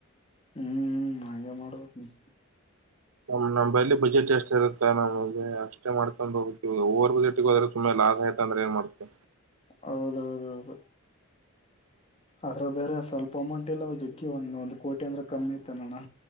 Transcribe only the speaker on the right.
ನಮ್ ನಂಬಲಿ ಬಜೆಟ್ ಎಷ್ಟ್ ಇರುತ್ತಾ ನಮ್ ಅಷ್ಟೇ ಮಾಡ್ಕೊಂಡ ಹೋಗ್ವ ಬಿಟ್ಟಿಗೆ ಹೋದ್ರೆು ಲಸ್ ಆಯತ ಅಂದ್ರ ಏನ್ ಮಾಡ್ತತೆ